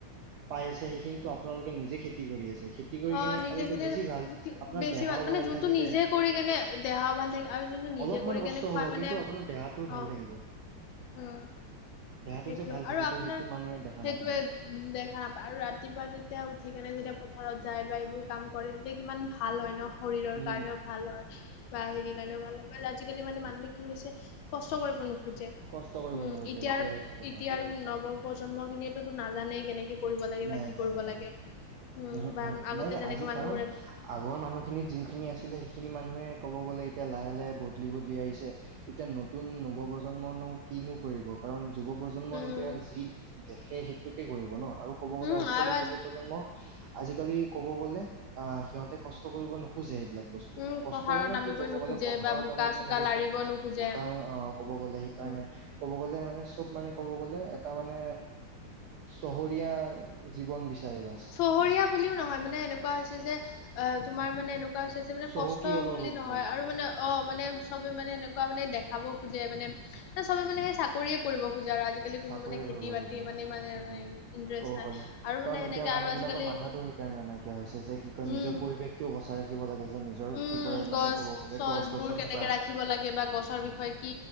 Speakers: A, on the right; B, on the left.
A: পাই আছে সেইখিনিতো আপোনালোকে নিজে খেত তি কৰি আছে খেতি কৰি
B: অ
A: কিনে
B: নিজে
A: খালে ত'
B: খেতি
A: বেছি ভাল। আপোনাৰ
B: বেছি
A: দেহাও
B: মানে
A: ভাল
B: যোনটো
A: থাকিলে।
B: নিজে কৰি কেনে দেহা ভাল থাকে আৰু যোনটো নিজে
A: অলপমান
B: কৰি
A: কষ্ট
B: কেনে খোৱা
A: হ'ব।
B: মানে
A: কিন্তু, আপোনাৰ দেহাটো ভাল
B: অ
A: থাকিব।
B: উম,
A: দেহাটো
B: সেইটোৱে
A: যে ভাল থাকিব
B: আৰু আপোনাৰ
A: সেইটো মানুহে দেখা
B: সেইটোৱে
A: নাপায়।
B: দেখা নাপায় আৰু ৰাতিপুৱা যেতিয়া, উঠি কেনে যেতিয়া পথাৰত যাই বা এইবোৰ কাম কৰে তেতিয়া কিমান ভাল হয় ন শৰীৰৰ
A: উম
B: কাৰণেও ভাল হয় বা হেৰিৰ কাৰণেও ভাল হয় আজিকালি মানে মানুহে কি হৈছে, কষ্ট কৰিব নোখোজে। উম,
A: কষ্ট কৰিব নোখোজে
B: এতিয়াৰ
A: এইটোৱে হৈছে কথা।
B: এতিয়া আৰু নৱপ্ৰজন্ম খিনিয়ে নাজানেই কেনেকে কৰিব লাগে
A: নাই
B: বা কি
A: নাই
B: কৰিব
A: নাই
B: লাগে
A: উম
B: বা
A: উম
B: আগতে
A: নাই নাই
B: যেনেকে
A: আজি
B: মানুহবোৰে
A: কাৰণ
B: উম
A: আগৰ মানুহখিনিত যোনখিনি আছিলে খিনি মানুহে ক'ব গ'লে এতিয়া লাহে লাহে বদলি বদলি আহিছে এতিয়া নতুন নব প্ৰজন্মনো কিনো কৰিব কাৰণ, যুৱ প্ৰজন্ম এতিয়া
B: উম
A: যি দেখে সেইটোকে কৰিব ন'। আৰু ক'ব গ'লে
B: উম
A: আজিকালি
B: আৰু
A: যুৱ প্ৰজন্মৰ আজিকালি, ক'ব গ'লে, আঁ সিহঁতে কষ্ট কৰিব নোখোজে এইবিলাক। বস্তুত,
B: উম
A: কষ্ট
B: পথাৰত
A: মানে
B: নামিবই
A: কি ক'ব
B: নোখোজে
A: গ'লে পথাৰত
B: বা বোকা
A: নামিব
B: চোকা
A: নোখোজে।
B: লাৰিব নোখোজে
A: <unintelligible> ক'ব গ'লে সেইকাৰণে
B: উম
A: ক'ব গলে মানে চব মানে ক'ব গ'লে এটা মানে চহৰীয়া জীৱন বিচাৰে বা
B: চহৰীয়া বুলিও নহয় মানে এনেকুৱা হৈছে যে অ তোমাৰ মানে এনেকুৱা হৈছে যে মানে
A: চহকী
B: কষ্ট
A: হ'ব
B: বুলি
A: খোজে
B: নহয়
A: চবে
B: আৰু মানে অ মানে চবে মানে, এনেকুৱা মানে, দেখাব খোজে মানে, চবে মানে, সেই চাকৰিয়ে কৰিব খোজে। খোজা আৰু আজিকালি কোনো
A: চাকৰি
B: মানে, খেতি
A: কৰিব
B: বাতি
A: খোজে।
B: মানে, মানে,
A: উম
B: ইন্টাৰেষ্ট
A: ক'ব
B: নাই।
A: গ'লে
B: আৰু মানে
A: কাৰণ,
B: সেনেকে
A: এতিয়া মানুহ
B: আৰু আজিকালি
A: বিলাকৰ মাথাটো সেইকাৰণে নাইকিয়া হৈছে। যে কি কয়,
B: উম,
A: নিজৰ পৰিৱেশটোও বচাই ৰাখিব লাগে যেন। নিজৰ
B: উম,
A: কি কয় মানে
B: গছ
A: ক'ব গলে
B: চছ
A: গছ গছনি
B: বোৰ কেনেকে
A: বা
B: ৰাখিব লাগে বা গছৰ বিষয়ে কি